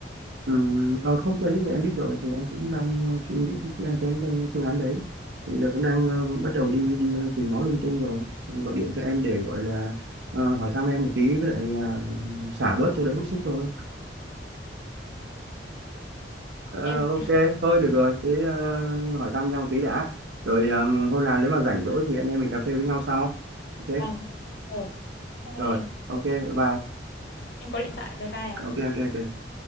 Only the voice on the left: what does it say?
em
vâng ừ. bye
em có điện thoại bye bye ạ